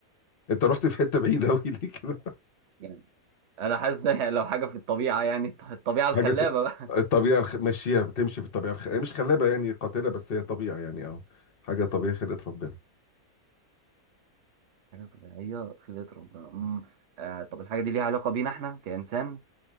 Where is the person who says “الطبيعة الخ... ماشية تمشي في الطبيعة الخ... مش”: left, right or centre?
Left